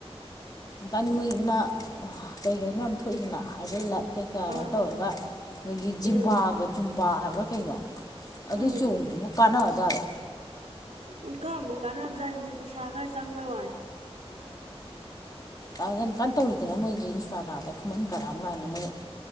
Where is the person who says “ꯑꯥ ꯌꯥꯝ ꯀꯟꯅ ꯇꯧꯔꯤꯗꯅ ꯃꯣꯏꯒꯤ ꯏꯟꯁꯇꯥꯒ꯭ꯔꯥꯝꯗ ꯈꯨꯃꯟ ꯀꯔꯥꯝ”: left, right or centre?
Left